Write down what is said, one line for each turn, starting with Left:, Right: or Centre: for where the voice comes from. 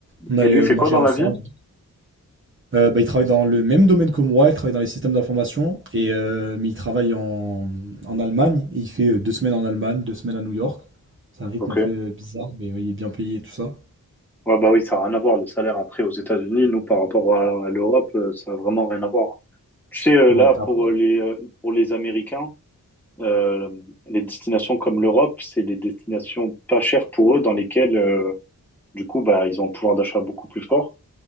Right: On allait
Centre: Et lui,
Right: euh,
Centre: il fait
Right: manger
Centre: quoi dans
Right: ensemble.
Centre: la vie?
Right: Euh, bah, il travaille dans le même domaine que moi, il travaille dans les systèmes d'information, et, euh, mais il travaille en, en Allemagne. Et il fait euh, deux semaines en Allemagne, deux semaines à New York. C'est un rythme
Centre: Ok.
Right: un peu euh, bizarre, mais ouais, il est bien payé et tout ça.
Centre: Ouais, bah oui, ça n'a rien à voir. Le salaire après aux États-Unis, nous, par rapport à, à l'Europe, euh, ça n'a vraiment rien à voir. Tu sais, euh,
Right: Ouais,
Centre: là, pour
Right: ah,
Centre: euh, les, euh, pour les Américains, euh, les destinations comme l'Europe, c'est des destinations pas chères pour eux, dans lesquelles, euh, du coup, bah, ils ont un pouvoir d'achat beaucoup plus fort